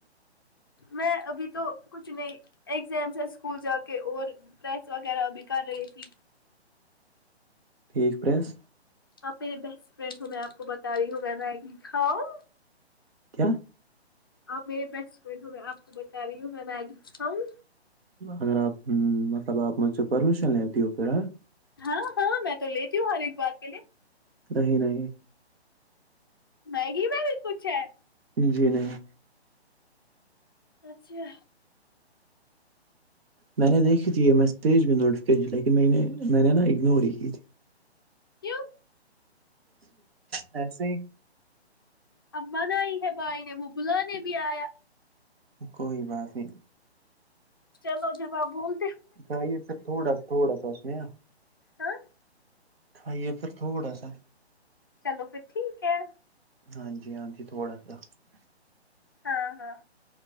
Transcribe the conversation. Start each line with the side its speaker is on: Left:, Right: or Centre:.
Left: میں ابھی تو کچھ نہیں اگزام سے اسکول جا کے اور پریس وغیرہ بھی کر رہی تھی
Right: ٹھیک پریس
Left: آپ میرے بیسٹ فرینڈ ہو میں آپ کو بتا رہی ہوں میں میگی کھاؤں
Right: کیا
Left: آپ میرے بیسٹ فرینڈ ہے میں آپ کو بتا رہی ہوں میں میگی کھاؤں
Right: اگر آپ مطلب آپ مجھ سے پرمیشن لیتی ہو پھر اہ
Left: ہاں ہاں میں تو لیتی ہوں ہر ایک بات کے لیے
Right: نہیں نہیں
Left: میگی میں بھی کچھ ہے
Right: جی نہیں
Left: اچھا
Right: میں نے دیکھی تھی یہ میسیج بھی نوٹیفکیشن لیکن میں نے میں نے نا اگنور ہی کی تھی
Left: کیوں
Right: ایسے ہی
Left: اب بنائی ہے بھائی نے وہ بلانے بھی آیا
Right: کوئی بات نہیں
Left: چلو جب آپ بول
Right: کھائی یہ پھر تھوڑا تھوڑا سنے نا
Left: ہاں
Right: کھائیے پھر تھوڑا سا
Left: چلو پھر ٹھیک ہے
Right: ہاں جی ہاں جی تھوڑا سا
Left: ہاں ہاں